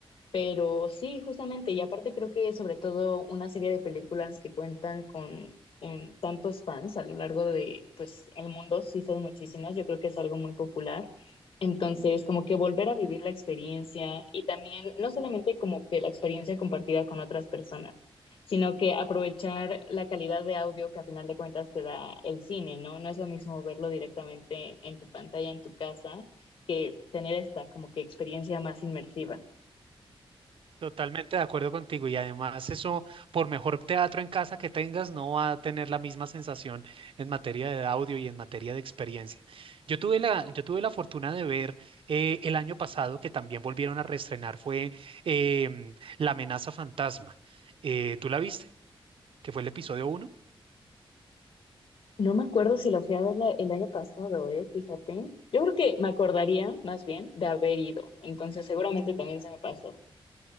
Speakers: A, on the left (about 65°); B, on the right (about 65°).
A: Pero sí, justamente, y aparte creo que sobre todo una serie de películas que cuentan con em, tantos fans a lo largo de, pues, el mundo, sí son muchísimas, yo creo que es algo muy popular. Entonces, como que volver a vivir la experiencia y también, no solamente como que la experiencia compartida con otras personas, sino que aprovechar la calidad de audio que a final de cuentas te da el cine, ¿no? No es lo mismo verlo directamente en tu pantalla, en tu casa, que tener esta como que experiencia más inmersiva.
B: Totalmente de acuerdo contigo y además eso, por mejor teatro en casa que tengas, no va a tener la misma sensación en materia de audio y en materia de experiencia. Yo tuve la, yo tuve la fortuna de ver eh, el año pasado que también volvieron a reestrenar fue em, La amenaza fantasma. Eh, ¿tú la viste? Que fue el episodio uno.
A: No me acuerdo si la fui a ver la- el año pasado, ¿eh? Fíjate. Yo creo que me acordaría más bien de haber ido. Entonces seguramente también se me pasó.